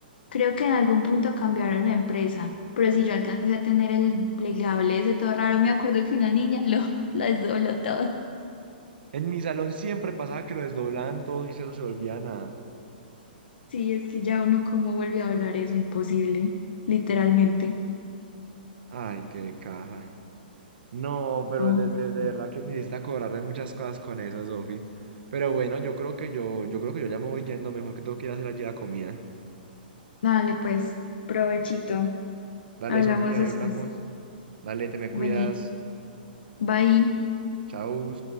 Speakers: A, on the left; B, on the right.
A: Creo que en algún punto cambiaron la empresa, pero si yo alcancé a tener el plegable ese todo raro, me acuerdo que una niña <laughs> lo, lo desdobló todo.
B: En mi salón siempre pasaba que lo desdoblaban todo y eso se volvía nada.
A: Sí, es que ya uno cómo vuelve a hablar eso, imposible, literalmente.
B: Ay, qué caja. No, pero
A: Hombre,
B: de, de- de
A: sí.
B: verdad que me hiciste acordar de muchas cosas con eso, Sofi. Pero bueno, yo creo que yo, yo creo que yo ya me voy yendo, mejor que tengo que ir a hacer allí la comida.
A: Dale, pues, provechito.
B: Dale,
A: Hablamos
B: Sofía,
A: después.
B: ahí hablamos. Dale, te me
A: Vení,
B: cuidas.
A: bye.
B: Chau.